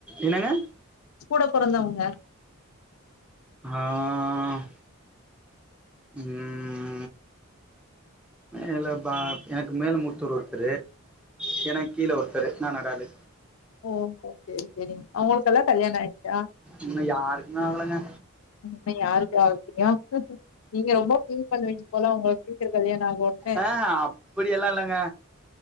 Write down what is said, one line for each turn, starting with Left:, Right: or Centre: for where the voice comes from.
Centre: என்னங்க
Left: கூட பொறந்தவங்க
Centre: ஆஹ் உம் மேல பா எனக்கு மேல முத்தூர் ஒருத்தர் எனக்கு கீழே ஒருத்தர் நா நடாளு
Left: ஓஓ சரி சரி அவங்களுக்கெல்லா கல்யாண ஆய்டுச்சா
Centre: இன்னு யாருக்குமே ஆகலங்க
Left: இன்னு யாருக்குமே ஆகல <unintelligible> நீங்க ரொம்ப ஃபீல் பண்ணுவீங்க போல உங்களுக்கு சீக்கிர கல்யாண ஆகலனு
Centre: அஹ் அப்படியல்லாம் இல்லங்க